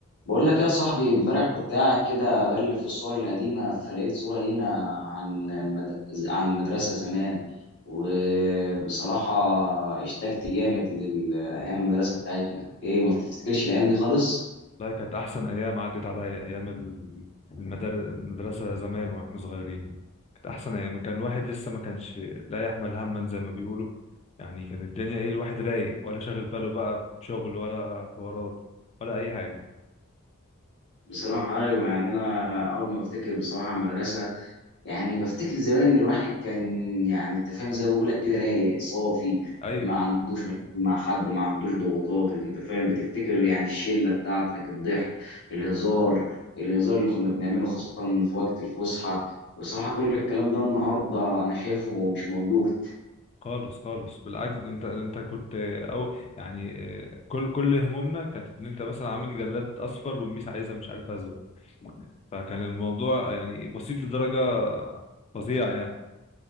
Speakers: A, on the left; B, on the left.
A: بقول لك يا صاحبي امبارح كنت قاعد كده بقلب في الصور القديمة فلقيت صورة لينا عن المد... عن المدرسة زمان وبصراحة اشتقت جامد لأيام المدرسة بتاعتنا ايه ما بتفتكرش الأيام دي خالص
B: لا كانت أحسن أيام عدت عليا أيام ال- المدار... المدرسة زمان وإحنا صغيرين كانت أحسن أيام كان الواحد لسه ما كانش لا يحمل هما زي ما بيقولوا يعني كان الدنيا إيه الواحد رايق ولا شاغل باله بقى بشغل ولا حوارات ولا أي حاجة
A: بصراحة أيوة يعني أنا أول ما بفتكر بصراحة المدرسة يعني بفتكر زمان ان الواحد كان يعني انت فاهم زي ما بقول لك كده رايق صافي
B: أيوه
A: ما عندوش مشاكل مع حد ما عندوش ضغوطات انت فاهم بتفتكر يعني الشله بتاعتك الضحك الهزار الهزار اللي كنا بنعمله خاصه في وقت الفسحه بصراحه كل الكلام ده النهارده انا شايفه مش موجود
B: خالص خالص بالعكس أنت أنت كنت أو يعني آه، كل كل همومنا كانت إن أنت مثلا عامل جلاد أصفر والميس عايزة مش عارف أزرق فكان الموضوع يعني بسيط لدرجة فظيعة